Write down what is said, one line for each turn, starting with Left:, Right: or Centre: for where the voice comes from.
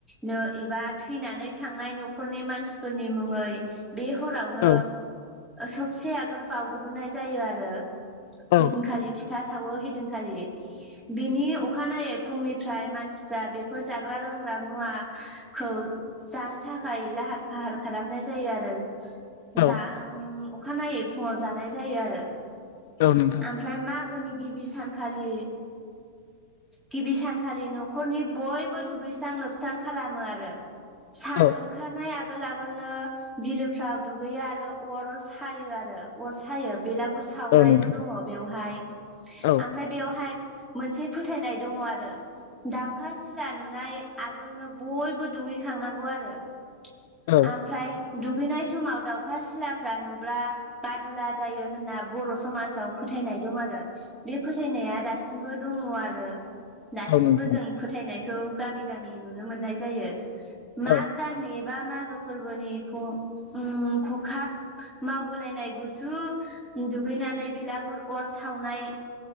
Centre: नो एबा थैनानै थांनाय न'खरनि मानसिफोरनि मुङै बे हरावनो
Left: औ
Centre: सबसे आगोल बावग्रोनाय जायो आरो। जदिनखालि
Left: औ
Centre: फिथा सावो हदिनखालि। बेनि अखानायै फुंनिफ्राय मानसिफ्रा बेफोर जाग्रा लोंग्रा मुवा खौ जानो थाखाय लाहार फाहार खालामनाय जायो आरो।
Left: औ
Centre: जा अखानायै फुङाव जानाय जायो आरो।
Left: औ नोंथां
Centre: ओमफ्राय मागोनि गिबि सानखालि गिबि सानखालि न'खरनि बयबो दुगैस्रां लोबस्रां खालामो आरो। सान
Left: औ
Centre: ओंखारनाय आगोल आगोलनो बिल फाव दुगैयो आरो अर सायो आरो अर सायो बेलागुर सावनायबो
Left: औ नोंथां
Centre: दंङ बेयावहाय
Left: औ
Centre: आमफ्राय बेयावहाय मोनसे फोथायनाय दंङ आरो दाउखा सिला नुनाय आगोलनो बयबो दुगैखांनांगौ आरो
Left: औ
Centre: आमफ्राय दुगैनाय समाव दाउखा सिलाफ्रा नुब्ला बादुला जायो होनना बर' समाजाव फोथायनाय दं आरो बे फोथायनाया दासिमबो दंङ आरो दासिमबो
Left: औ नोंथां
Centre: जों फोथायनायखौ गामि गामि नुनो मोननाय जायो माग
Left: औ
Centre: दाननि बा मागो फोरबोनि आं उम्म खखाब मावगुलायनाय गुसु दुगैनानै बेलागुर अर सावनाय